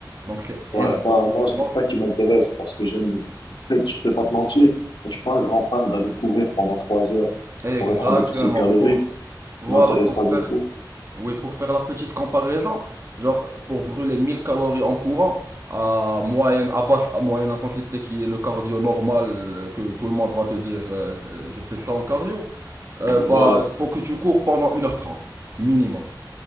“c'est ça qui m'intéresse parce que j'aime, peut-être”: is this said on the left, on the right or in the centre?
Left